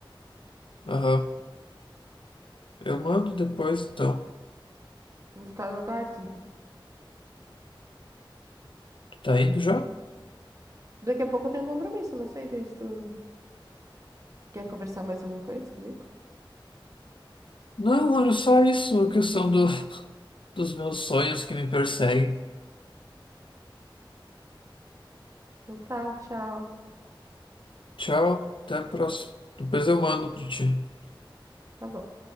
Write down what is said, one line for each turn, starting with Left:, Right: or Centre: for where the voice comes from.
Left: Aham. Eu mando depois, então.
Right: Vou ficar no aguardo, então.
Left: Tu Tá indo já?
Right: Daqui a pouco eu tenho um compromisso, não sei, daí se tu quer conversar mais alguma coisa comigo?
Left: Não, olha só isso, a questão do, <laughs> dos meus sonhos que me perseguem.
Right: Então tá, tchau.
Left: Tchau, até a próxima. Depois eu mando pra ti.
Right: Tá bom.